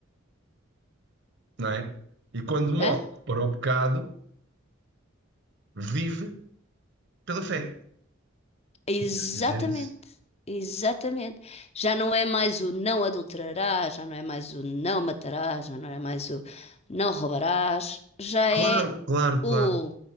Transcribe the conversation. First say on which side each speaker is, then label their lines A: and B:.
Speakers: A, on the right; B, on the left.
A: não é? E quando morre
B: Hã?
A: para o pecado, vive pela fé.
B: Exatamente.
A: Se dizer isso.
B: Exatamente. Já não é mais o não adulterarás, já não é mais o não matarás, já não é mais o não roubarás, já
A: Claro,
B: é
A: claro, claro.
B: o